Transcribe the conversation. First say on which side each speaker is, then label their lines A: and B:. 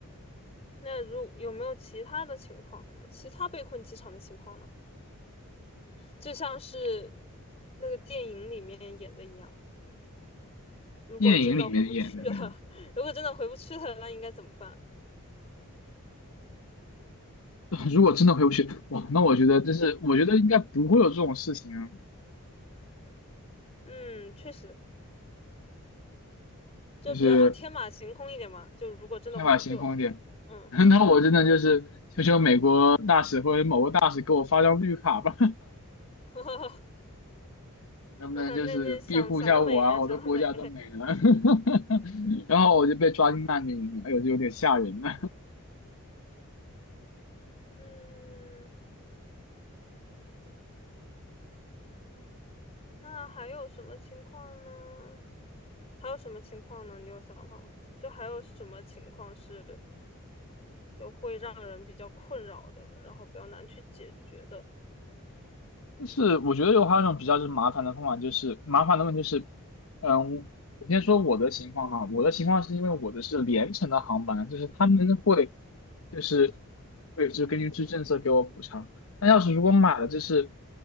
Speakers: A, on the left; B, on the left.
A: 那如有没有其他的情况呢？其他被困机场的情况呢？就像是那个电影里面演的一样。如果真的回不去了，
B: 电影里面演的那样。
A: <laughs> 如果真的回不去了，那应该怎么办？
B: <laughs> 如果真的回不去，哇，那我觉得这是，我觉得应该不会有这种事情啊，
A: 嗯，确实，就比较天马行空一点嘛。
B: 就是
A: 就如果真的回不去了，
B: 天马行空一点。
A: 嗯，
B: <laughs> 那我真的就是求求美国大使或者某个大使给我发张绿卡吧，
A: <laughs> 呵呵
B: <laughs> 能不能就是庇护一下我啊？
A: 呵那那想想得美呀、
B: 我的国家都没了，
A: 想得美。
B: <laughs> 然后我就被抓进难民营了，哎呦，这有点吓人呢。
A: 嗯，那还有什么情况呢？还有什么情况呢？你有想法吗？就还有什么情况是就会让人比较困扰的，然后比较难去解决的？
B: 就是我觉得有还有一种比较就是麻烦的方法，就是麻烦的问题就是，嗯，我先说我的情况哈，我的情况是因为我的是联程的航班，就是他们会就是会就根据这政策给我补偿。那要是如果买了就是